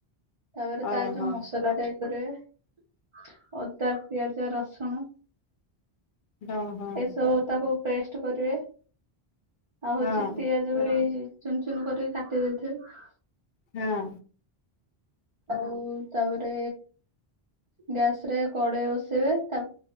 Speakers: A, on the right; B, on the left.
A: ତାପରେ
B: ହଁ
A: ତାର ଯୋଉ ମସଲା ଟା ଇଏ କରିବେ ଅଦା ପିଆଜ ରସୁଣ
B: ଓହୋ ଓହୋ
A: ଏସବୁ ତାକୁ ପେଷ୍ଟ କରିବେ। ଆଉ ହଉଛି
B: ହଁ
A: ପିଆଜ ବି ଚୁନ ଚୁନ କରିକି କାଟି ଦେଇେଇଥିବେ।
B: ହଁ।
A: ଆଉ ତାପରେ ଗ୍ୟାସ ରେ କଡେଇ ବସେଇବେ ତା